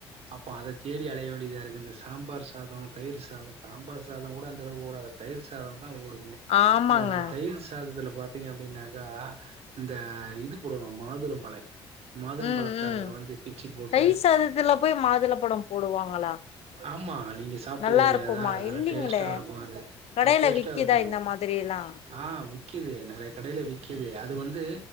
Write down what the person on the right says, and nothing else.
அப்போ அத தேடி அலய வேண்டியதா இருக்கு இந்த சாம்பார் சாதோ தயிர் சாதோ சாம்பார் சாதோங் கூட அந்த அளவு ஓடாது தயிர் சாதந்தா ஓடுமே
அந்த அந்த தயிர் த்தாததுல பாத்தீங்க அப்டின்னாக்கா இந்த இது போடுவோ மாதுளம் பழோ மாதுளம்
பழத்த
அதுல வந்து பிச்சு போட்டு
ஆமா நீங்க சாப்டது
கெடையாதா
நல்ல
டேஸ்டா இருக்கு அது
அது டேஸ்ட்டா
இருக்கு அது
ஆ விக்குது நெறைய கடைல வி்க்குது அது வந்து